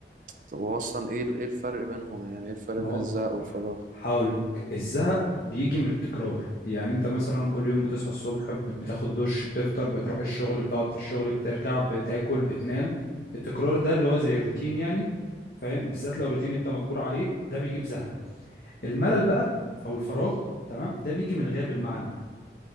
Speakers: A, on the right; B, on the left.
A: طب هو اصلا ايه ال- ايه الفرق بينهم يعني ايه الفرق
B: ما
A: بين
B: هو
A: الزهق والفراغ
B: هقول لك الزهق بيجي من التكرار يعني انت مثلا كل يوم بتصحى الصبح ب- بتاخد دش بتفطر بتروح الشغل بتقعد في الشغل بترجع بتاكل بتنام التكرار ده اللي هو زي الروتين يعني فاهم بالذات لو روتين انت مجبور عليه ده بيجيب زهق الملل بقى او الفراغ تمام ده بيجي من غياب المعنى